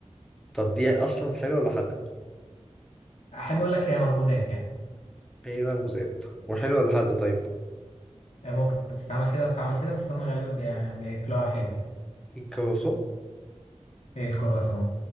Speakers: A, in the centre; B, on the left.
A: طب دي أصلا حلوة ولا حادقة؟
B: أحب أقول لك هي مخبوزات يعني
A: هي مخبوزات وحلوة ولا حادقة طيب؟
B: آه، ممكن تتعمل كده وتتعمل كده بس هم غالبا بي- يعني بياكلوها حلو يعني
A: الكروسون
B: زي الكرواسون